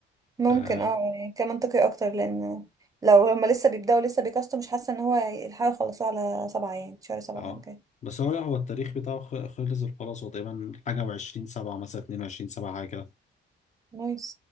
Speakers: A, on the right; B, on the left.
A: ممكن
B: اه
A: اه يعني كان منطقي اكتر لان لو هما لسه بيبدأوا لسه بيكاستوا مش حاسة ان هو يلحقوا يخلصوه على سبعة يعني شهر سبعة
B: اه
A: الجاي
B: بس هو لا هو التاريخ بتاعه خ- خلص خلاص هو تقريبا حاجة وعشرين سبعة مثلا اتنين وعشرين سبعة حاجة كده
A: نايس